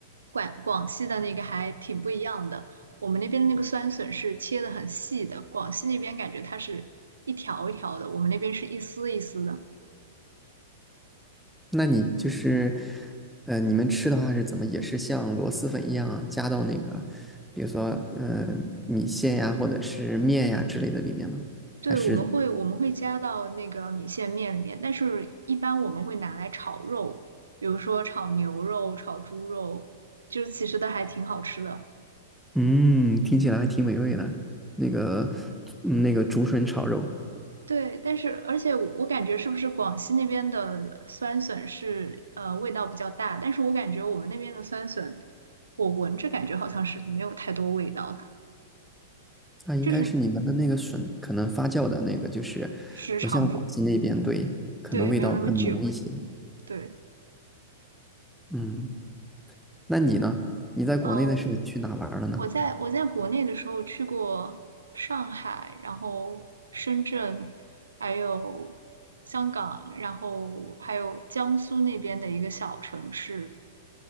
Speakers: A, on the right; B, in the centre.
A: 广广西的那个还挺不一样的。我们那边的那个酸笋是切的很细的，广西那边感觉它是一条一条的，我们那边是一丝一丝的。
B: 那你就是，呃，你们吃的话是怎么也是像螺蛳粉一样加到那个，比如说，呃，米线呀，或者是面呀之类的里面吗？
A: 对，
B: 还是，
A: 我们会我们会加到那个米线面里面，但是一般我们会拿来炒肉，比如说炒牛肉、炒猪肉，就是其实都还挺好吃的。
B: 嗯，听起来还挺美味的。那个，嗯那个竹笋炒肉，
A: 对，但是而且我我感觉是不是广西那边的酸笋是呃味道比较大，但是我感觉我们那边的酸笋，我闻着感觉好像是没有太多味道的，
B: 那应该是你们的那个笋可能发酵的那个，
A: 就是
B: 就是不像广西那边，
A: 时长不
B: 对，可能味道更浓一些。
A: 对，没有那么久。对，
B: 嗯，那你呢？你在国内的时候去哪玩了呢？
A: 嗯、我在我在国内的时候去过上海，然后深圳，还有香港，然后还有江苏那边的一个小城市，